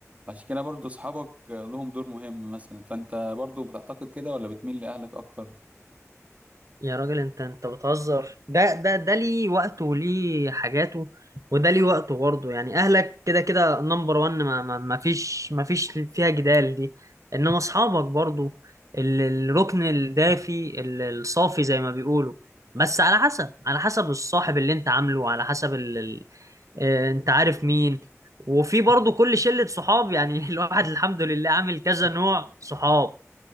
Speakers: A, on the right; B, on the right.
A: عشان كده برضو صحابك آه، لهم دور مهم مثلا فانت برضو بتعتقد كده ولا بتميل لأهلك اكتر
B: يا راجل انت انت بتهزر ده ده ده ليه وقته وليه حاجاته وده ليه وقته برضه يعني اهلك كده كده نمبر وان ما, ما, ما فيش ما فيش فيها جدال دي انما اصحابك برضه ال- الركن الدافي ال- الصافي زي ما بيقولوا بس على حسب على حسب الصاحب اللي انت عامله على حسب ال... ال... اه، انت عارف مين وفي برضه كل شلة صحاب يعني <laughs> الواحد الحمد لله عامل كذا نوع صحاب